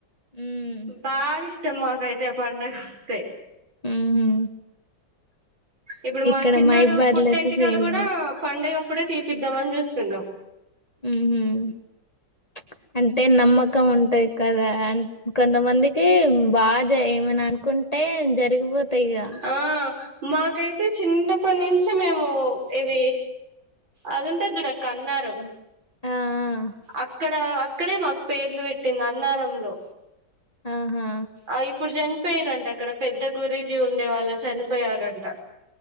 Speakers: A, on the left; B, on the right.
A: ఉమ్
B: బాగిస్ ఇస్తే మాకైతే పండుగ వస్తే
A: ఉహు
B: ఇప్పుడు మా
A: ఇక్కడ
B: చిన్నోడు
A: మైబాద్లో
B: పుట్టెంటికలు
A: అయితే చేయలేరు
B: కూడా ప పండగప్పుడే తీపిద్దామని జూస్తున్నాం
A: ఉహుమ్ ప్చ్ అంటే నమ్మకం ఉంటదయి కదా అ కొంతమందికి బాధ ఏమైనా కుంటే జరిగిపోతయి ఇగ
B: ఆ మాకైతే చిన్నప్పటి నుంచి మేము ఇది అదుం టది చూడక్క అన్నారం
A: ఆ! ఆ!
B: అక్కడ అక్కడే మాకు పేర్లు పెట్టింది అన్నారంలో
A: ఆహా!
B: ఆ ఇప్పుడుజన్ చనిపోయారంట ఇక్కడ పెద్ద గురూజీ ఉండే వాళ్ళు చనిపోయారంట